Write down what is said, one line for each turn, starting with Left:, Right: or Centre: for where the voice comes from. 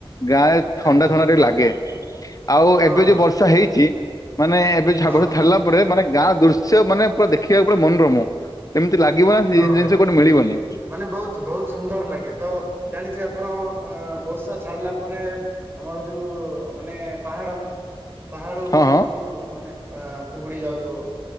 Left: ଗାଁରେ ଥଣ୍ଡା
Right: ଆଜ୍ଞା
Left: ଥଣ୍ଡା ଟିକେ ଲାଗେ ଆଉ
Right: ହଁ
Left: ଏବେ ଯୋଉ ବର୍ଷା ହେଇଛି ମାନେ ଏବେ
Right: ହଁ
Left: ବର୍ଷ ରିଲା। ପରେ ମାନେ ଗାଁ ଦୃଶ୍ୟ ମାନେ ପୁରା ଦେଖିବାକୁ ମାନେ ମନୋରମ। ଏମିତି ଲାଗିବ ନା ସେ
Right: ହଁ
Left: ଜିନିଷ
Right: ଭାଇ
Left: କୋଉଠି ମିଳିବନି।
Right: ମାନେ ବହୁତ ବହୁତ ସୁନ୍ଦର ଲାଗେ ତ ଜାଣିଚି ଆପଣ ଅ ବର୍ଷା ଛାଡିଲା ପରେ- ଆମର ଯୋଉ ମାନେ ପାହାଡ। ପାହାଡ ଉପର
Left: ହଁ ହଁ
Right: କୋଟୁ ମାନେ କୁହୁଡି ଯାଉଥିବ।